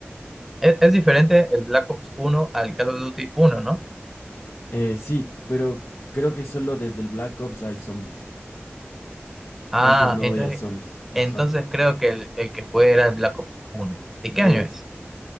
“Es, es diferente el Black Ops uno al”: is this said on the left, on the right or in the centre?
Centre